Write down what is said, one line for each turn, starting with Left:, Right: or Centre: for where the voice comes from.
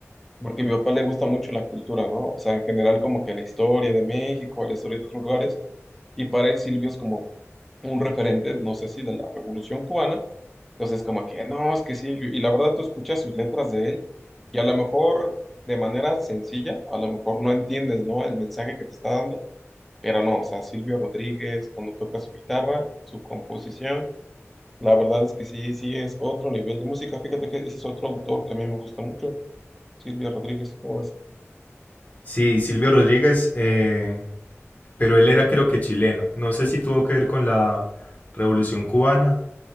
Centre: porque a mi papá le gusta mucho la cultura, ¿no? O sea, en general como que la historia de México, la historia de otros lugares, y para él Silvio es como un referente, no sé si de la Revolución Cubana, entonces como que, no, es que Silvio, y la verdad tú escuchas sus letras de él, y a lo mejor de manera sencilla, a lo mejor no entiendes, ¿no? El mensaje que te está dando, pero no, o sea, Silvio Rodríguez, cuando toca su guitarra, su composición, la verdad es que sí, sí es otro nivel de música, fíjate que ese es otro autor que a mí me gusta mucho, Silvio Rodríguez, ¿cómo ves?
Left: Sí, Silvio Rodríguez, eh, pero él era creo que chileno. No sé si tuvo que ver con la Revolución Cubana,